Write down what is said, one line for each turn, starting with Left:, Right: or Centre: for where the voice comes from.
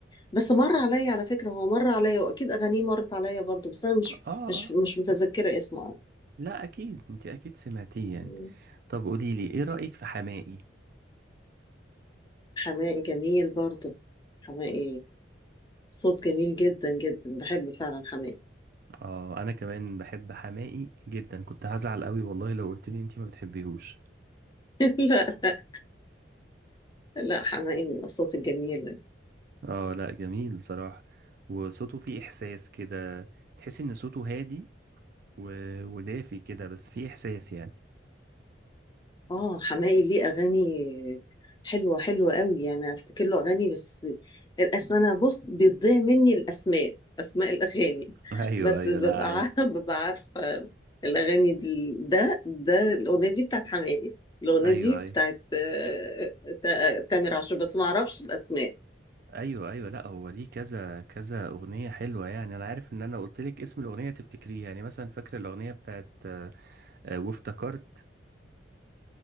Left: بس مر عليا على فكرة هو مر عليا واكيد اغانيه مرت عليا برضو بس انا مش
Right: اه
Left: مش
Right: اه
Left: مش متذكرة اسمه قوي
Right: لا اكيد انت اكيد سمعتيه يعني
Left: مم.
Right: طب قوليلي ايه رأيك في حماقي
Left: حماقي جميل برضو حماقي صوت جميل جدا جدا بحب فعلا حماقي
Right: اه انا كمان بحب حماقي جدا كنت هزعل قوي والله لو قلتلي انت ما بتحبيهوش
Left: <laughs> لا لا لا، حماقي من الاصوات الجميلة
Right: اه لا جميل بصراحة وصوته فيه احساس كده تحس ان صوته هادي و... ودافي كده بس فيه احساس يعني
Left: اه حماقي ليه اغاني حلوه حلوه قوي انا افتكر له اغاني بس اصل انا بص بيضيع مني الاسماء اسماء الاغاني
Right: <laughs> ايوه
Left: <laughs> بس
Right: ايوه
Left: ببقى
Right: لا عادي
Left: عارفه <laughs> ببقى عارفه الاغاني دي- ده ده الاغنيه دي بتاعت حماقي الاغنيه
Right: ايوه
Left: دي
Right: ايوه
Left: بتاعت آه، تا- تامر عاشور بس ما اعرفش الاسماء
Right: ايوه ايوه لا هو ليه كذا كذا اغنيه حلوه يعني انا عارف ان انا قلت لك اسم الاغنيه تفتكريه يعني مثلا فاكره الاغنيه بتاعت آه، آه، وافتكرت